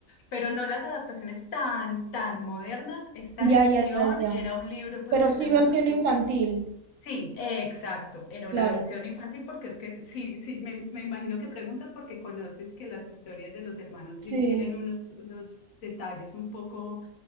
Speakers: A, on the left (about 75°); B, on the right (about 70°).
A: pero no las adaptaciones tan, tan modernas. Esta
B: ya,
A: edición
B: ya, ya, ya,
A: era un libro, pues
B: pero
A: que seguro.
B: sí versión infantil,
A: Sí, eh, exacto, era una
B: claro,
A: versión infantil porque es que sí, sí, me, me imagino que preguntas porque conoces que las historias de los hermanos Grimm
B: sí,
A: tienen unos, unos detalles un poco